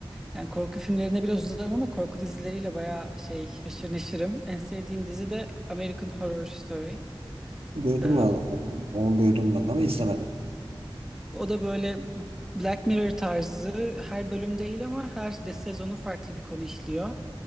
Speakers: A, in the centre; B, on the right.
A: Yani korku filmlerine biraz uzarım ama korku dizileriyle bayağı şey haşır neşirim. En sevdiğim dizi de American Horror Story.
B: Duydum
A: E,
B: ben, onu duydum ben ama izlemedim.
A: O da böyle Black Mirror tarzı her bölüm değil ama her de sezonu farklı bir konu işliyor.